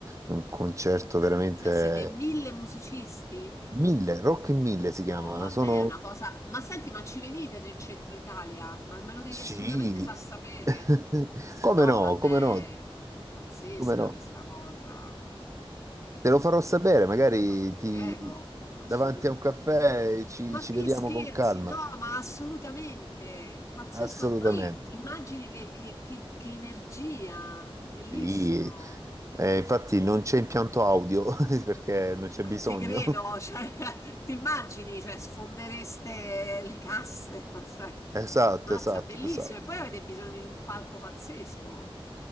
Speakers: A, on the right; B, on the left.
A: un concerto veramente
B: Cioè, siete mille musicisti?
A: mille, Rock in mille si
B: No,
A: chiama.
B: vabbè,
A: Sono
B: è una cosa. Ma senti, ma ci venite nel centro Italia? Ma me lo devi
A: sì,
B: assolutamente far sapere.
A: <laughs> come
B: No,
A: no,
B: vabbè,
A: come no,
B: pazzesca
A: come no.
B: questa cosa.
A: Te lo farò sapere, magari
B: Ma ti
A: ti...
B: prego, assolutamente.
A: davanti a un caffè ci,
B: Ma
A: ci
B: che
A: vediamo
B: scherzi,
A: con calma.
B: no, ma assolutamente. Pazzesco.
A: Assolutamente.
B: Poi ti immagini che, che- che- che energia, bellissimo.
A: Sì. Eh, infatti non c'è impianto audio <laughs> perché non c'è bisogno.
B: A te credo, cioè, <laughs> ti immagini, cioè, sfondereste le casse, <laughs> ma sai.
A: Esatto,
B: Mazza,
A: esatto,
B: bellissimo.
A: esatto.
B: E poi avete bisogno di un palco pazzesco.